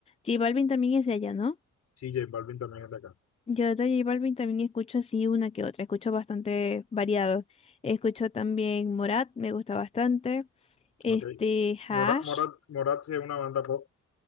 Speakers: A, on the left; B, on the left.
A: J Balvin también es de allá, ¿no?
B: Sí, J Balvin también es de acá,
A: Yo de J Balvin también escucho así una que otra, escucho bastante variado. Escucho también Morat, me gusta bastante. Este,
B: ok.
A: Hash,
B: Morat, Morat, Morat sí es una banda pop.